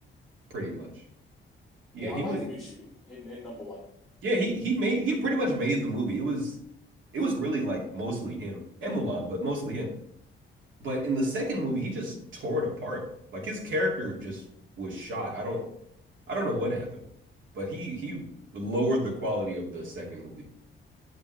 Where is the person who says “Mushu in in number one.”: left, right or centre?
Centre